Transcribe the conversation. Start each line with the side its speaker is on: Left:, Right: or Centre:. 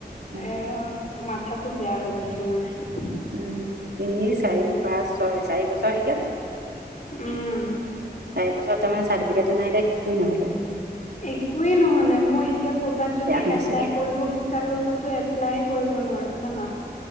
Right: উম
Left: এ মাথাতো বেয়াহৈ গৈছে মোৰ।
Right: উম তিনি চাৰি পাঁচ চাৰি বছৰ শিকালে।
Left: উম
Right: চাৰি বছৰ তামানে চাৰ্টি য়েটো নাইনে শিকিও নহ'লে?
Left: একোৱেই নহ'লে মই এতিয়া ক'ৰবাত যদি
Right: বেয়া খুন্দিছিলে
Left: এপ্লাই কৰিব বিচাৰোঁ, ক'তো এপ লাই কৰিব নোৱাৰোঁ জানা।